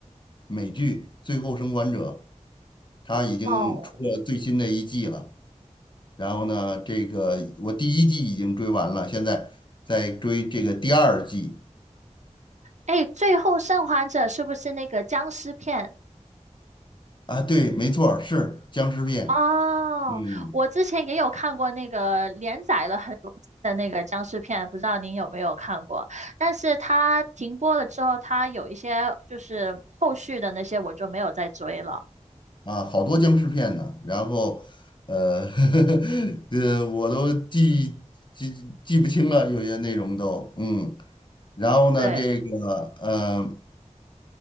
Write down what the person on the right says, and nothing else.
哦，
哎，《最后生还者》是不是那个僵尸片？
哦，
我之前也有看过那个连载了很多季的那个僵尸片，不知道您有没有看过？但是它停播了之后，它有一些就是后续的那些我就没有再追了。
对，